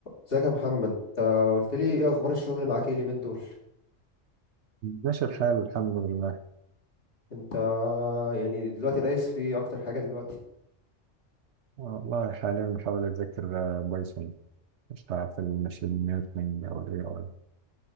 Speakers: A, on the left; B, on the right.
A: ازيك يا محمد انت قلت لي ايه اخبار الشغل معاك ايه اليومين دول
B: ماشي الحال الحمد لله
A: انت يعني دلوقتي دايس في ايه اكتر حاجه دلوقتي
B: والله حاليا بحاول أتذكر آه، بايثون أشتغل في الماشين ليرنينج أو ال AI